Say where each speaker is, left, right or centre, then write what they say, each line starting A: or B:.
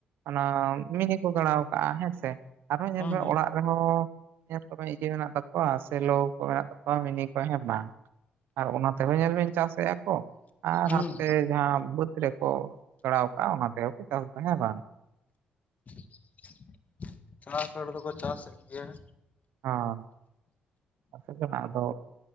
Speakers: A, on the right (about 75°); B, on the left (about 45°).
A: ᱚᱱᱟ ᱢᱤᱱᱤ ᱠᱚ ᱜᱟᱲᱟᱣ ᱠᱟᱜᱼᱟ ᱦᱮᱸᱥᱮ ᱟᱨᱦᱚᱸ ᱧᱮᱞ
B: ᱦᱩᱸ
A: ᱢᱮ
B: ᱦᱩᱸ
A: ᱚᱲᱟᱜ᱾ ᱟᱨᱦᱚᱸ ᱧᱮᱞ ᱠᱚᱢᱮ ᱤᱭᱟᱹ ᱢᱮᱱᱟᱜ ᱛᱟᱠᱚᱣᱟ ᱥᱮ ᱞᱟᱹᱣ ᱠᱚ ᱢᱮᱱᱟᱜ ᱛᱟᱠᱚᱣᱟ ᱢᱤᱱᱤ ᱠᱚ ᱦᱮᱸ ᱵᱟᱝ ᱾ ᱟᱨ ᱚᱱᱟ ᱛᱮᱦᱚᱸ ᱧᱮᱞ ᱵᱤᱱ ᱪᱟᱥᱮᱜᱼᱟᱭ ᱾ ᱚᱜ ᱟᱨ
B: ᱦᱩᱸ
A: ᱦᱟᱯᱮ ᱡᱟᱦᱟᱸ ᱵᱟᱹᱫᱽ ᱨᱮᱠᱚ ᱜᱟᱲᱟᱣ ᱠᱟᱜᱼᱟ ᱚᱱᱟ ᱛᱮᱦᱚᱸ ᱠᱚ ᱪᱟᱥ ᱫᱟ ᱦᱮᱸ ᱵᱟᱝ ᱾
B: <inaudible> ᱪᱟᱥ ᱦᱚᱲ ᱫᱚᱠᱚ ᱪᱟᱥᱮᱫ ᱜᱮᱭᱟ ᱾
A: ᱦᱟ <unintelligible> ᱠᱟᱱᱟ ᱟᱫᱚ